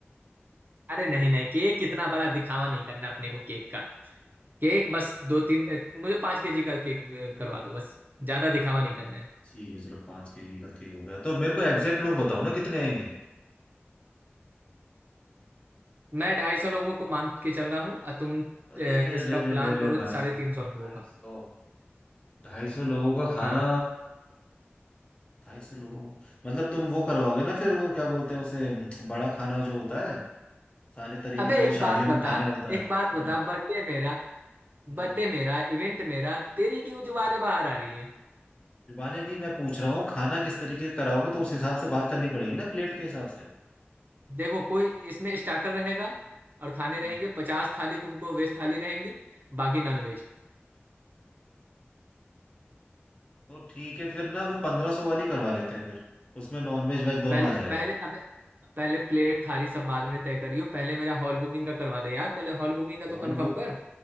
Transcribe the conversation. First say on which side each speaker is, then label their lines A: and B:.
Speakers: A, on the right (about 50°); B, on the left (about 25°).
A: अरे नहीं नहीं केक इतना बड़ा दिखावा नहीं करना अपने को केक का केक
B: हम्म
A: बस दो तीन अ, मुझे पाँच केजी का केक अ, करवा दो बस ज्यादा दिखावा नहीं करना है
B: ठीक है चलो पांच केजी का केक हो गया तो मेरे को एग्जैक्ट लोग बताओ ना कितने आएंगे
A: मैं ढाई सौ लोगों को मान के चल रहा हूँ और तुम अ,
B: अरे रे
A: इसका
B: रे रे
A: प्लान
B: रे
A: करो
B: रे भाई
A: साढ़े
B: साहब
A: तीन सौ लोगों
B: ढाई
A: का
B: सौ ढाई सौ लोगों का खाना
A: हाँ
B: ढाई सौ लोग मतलब तुम वो करवाओगे ना फिर वो क्या बोलते हैं उसे हम्म, बड़ा खाना जो होता है सारे तरीके
A: अबे
B: का जो
A: एक
B: शादियों
A: बात बता
B: में खाने होता है
A: एक
B: हम्म
A: बात बता बर्थडे मेरा
B: हम्म
A: बर्थडे मेरा इवेंट मेरा तेरी क्यों
B: हम्म।
A: जुबानें बाहर आ रही है
B: जुबानें नहीं मैं पूछ रहा हूँ खाना किस तरीके का कराओगे तो उस हिसाब से बात करनी पड़ेगी ना प्लेट के हिसाब से
A: देखो कोई इसमें स्टार्टर रहेगा और खाने
B: हाँ
A: रहेंगे पचास थाली तुमको वेज थाली रहेंगी बाकी नॉन
B: हाँ
A: वेज
B: तो ठीक है फिर ना वो पंद्रह सौ वाली करवा लेते हैं फिर उसमें नॉन वेज वेज दोनों
A: पहले
B: आ जाएगा
A: पहले अबे पहले प्लेट थाली सब बाद में तय करियो पहले मेरा हॉल बुकिंग का करवा दे यार पहले हॉल बुकिंग का
B: Hall
A: तो कंफर्म
B: book
A: कर